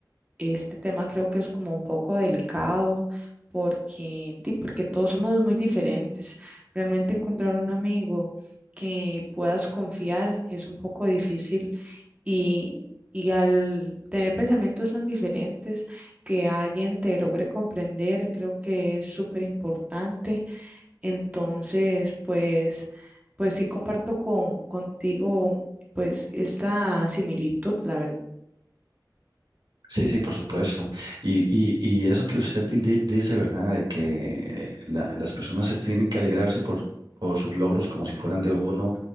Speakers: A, on the right; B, on the right.
A: Este tema creo que es como un poco delicado porque, di, porque todos somos muy diferentes. Realmente encontrar un amigo que puedas confiar es un poco difícil y, y al tener pensamientos tan diferentes, que alguien te logre comprender, creo que es súper importante. Entonces, pues, pues sí comparto con, contigo, pues, esta similitud, la verdad.
B: Sí, sí, por supuesto. Y, y, y eso que usted indi- dice, ¿verdad? De que la- las personas se tienen que alegrarse por, por sus logros como si fueran de uno.